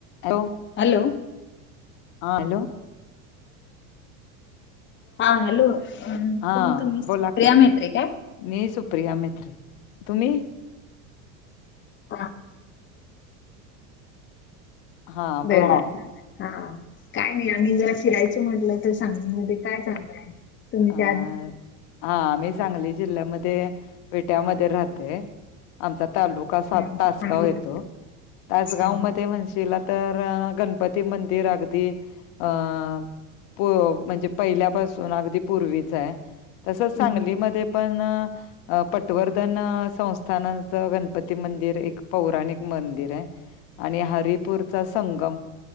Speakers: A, on the left; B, on the left.
A: हो
B: हॅलो
A: हा हॅलो
B: हा हॅलो
A: हा
B: कोण तुम्ही
A: बोला
B: प्रिया
A: की
B: म्हेत्रे काय?
A: मी सुप्रिया म्हेत्रे तुम्ही?
B: <unintelligible>
A: हा
B: बरं
A: बोला
B: हा काय नाही आम्ही जरा फिरायचं म्हटलं तर सांगलीमध्ये काय चांगलंय? तुम्ही
A: अ
B: त्यात
A: हा आम्ही सांगली जिल्ह्यामध्ये विट्यामध्ये राहते आमचा तालुका का सात
B: हा चांगलंच.
A: तासगाव येत. तासगाव
B: हा हा.
A: म म्हणशीला तर गणपती मंदिर अगदी अ प म्हणजे पहिल्यापासून अगदी पूर्वीच आहे. तसंच
B: हम्म.
A: सांगलीमध्ये पण पटवर्धन संस्थानाच गणपती मंदिर एक पौराणिक मंदिर आहे. आणि हरिपूरचा संगम